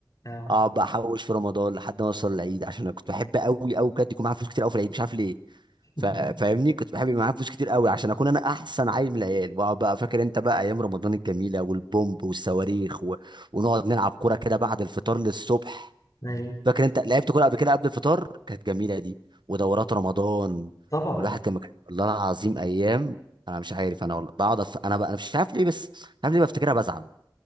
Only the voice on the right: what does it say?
اقعد بقى احوش في رمضان لحد ما اوصل العيد عشان انا كنت بحب قوي قوي بجد يكون معايا فلوس كتير قوي في العيد مش عارف ليه
فا- فاهمني كنت بحب يبقى معايا فلوس كتير قوي عشان اكون انا احسن عيل من العيال واقعد بقى فاكر انت بقى ايام رمضان الجميله والبومب والصواريخ و... ونقعد نلعب كوره كده بعد الفطار للصبح
فاكر انت لعبت كوره قبل كده قبل الفطار كانت جميله دي ودورات رمضان
والواحد كان مك... والله العظيم ايام انا مش عارف انا والله بقعد أف... انا ب... انا مش عارف ليه بس مش عارف ليه بفتكرها بزعل